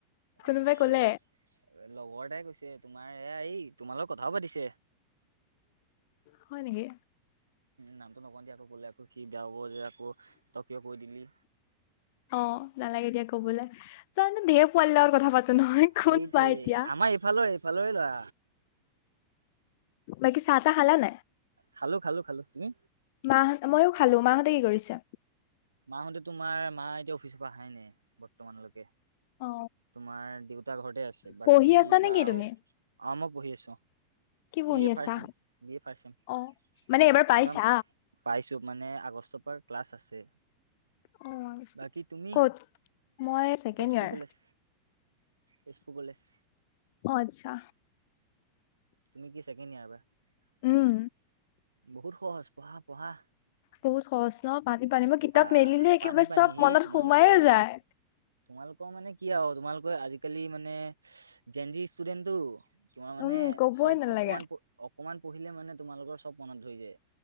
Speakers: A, on the left; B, on the right.
A: কোনোবাই
B: অ এই
A: কলে
B: লগৰটাই কৈছে তোমাৰ এয়া এই তোমাৰ লগত কথাও পাতিছে।
A: হয় নেকি?
B: নামটো নকওঁ দিয় আকৌ ক'লে আকৌ সি বয়া পাব যে আকৌ তই কিবা কৈ দিবি।
A: অঁ, নালাগে দিয়া কবলে। চোৱা‌ চোন ধেৰ পোৱালি লগত কথা পাতো নহয়।
B: সেইটোৱে
A: কোন বা এতিয়া?
B: আমাৰ এইফালৰ এইফালৰে ল'ৰা
A: বাকি চাহ টা খালা নাই?
B: খালো খালো খালো। তুমি?
A: মাহ ময়ো খালো মাহঁতে কি কৰিছে?
B: মাহঁতে তোমাৰ মা এতিয়াও অফিচৰ পৰা আহাই নাই। বৰ্তমানলৈকে
A: অ
B: তোমাৰ দেউতা ঘৰতে আছে। বাকী
A: পঢ়ি আছা নেকি
B: বাও
A: তুমি?
B: অঁ, মই পঢ়ি আছো অঁ।
A: কি পঢ়ি
B: বি এ
A: আছা?
B: ফাৰ্চ চেম বি এ ফাৰ্চ
A: অ মানে এইবাৰ পাইছা?
B: চেম। পাইছো মানে, আগষ্টৰ পৰা ক্লাছ আছে।
A: অ
B: বাকী তুমি?
A: ক'ত? মই second
B: Tezpur
A: year.
B: College Tezpur college.
A: অ, আচ্ছা।
B: তুমি কি ছেকেণ্ড ইয়াৰ এবাৰ
A: উম
B: বহুত সহজ পঢ়া পঢ়া।
A: বহুত সহজ ন পানী পানী মই কিতাপ
B: বা
A: মেলিলে একেবাৰে
B: পানী পানী
A: চব
B: সেই
A: মনত
B: তোমালোকে
A: সোমায়ে যায়।
B: তোমালোকৰ মানে কি আও তোমালোকৰ আজিকালি মানে জেন জি ষ্টুডেন্টটো। তোমাৰ মানে
A: উম ক'বই
B: চব
A: নালাগে।
B: অকমান অকমান পঢ়িলে মানে তোমালোকৰ চব মনত পৰি যায়।